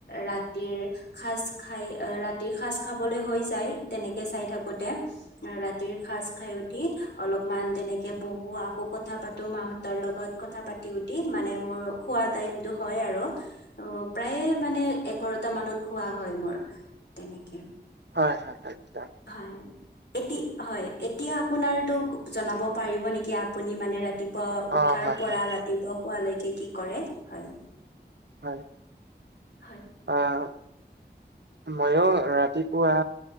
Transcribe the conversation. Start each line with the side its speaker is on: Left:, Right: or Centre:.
Left: ৰাতিৰ সাজ খাই ৰাতিৰ সাজ খাবলৈ হৈ যায় তেনেকে চাই থাকোতে। ৰাতিৰ সাজ খাই উঠি অলপমান তেনেকে বহো আকৌ কথা পাতো মাহ তৰ লগত কথা পাতি উঠি মানে মোৰ শুৱা টাইম টো হয় আৰু অ প্ৰায়ে মানে এঘাৰটা মানত শুৱা হয় মোৰ তেনেকে
Right: হয় হয় আচ্ছা
Left: হয়। এতি হয় এতিয়া আপোনাৰতো জনাব পাৰিব নেকি আপুনি মানে ৰাতি পুৱা উঠাৰ
Right: অ হয়
Left: পৰা
Right: হয়
Left: ৰাতিপুৱা শোৱালৈকে কি কৰে? হয়।
Right: হয়।
Left: হয়।
Right: আহ মইও ৰাতিপুৱা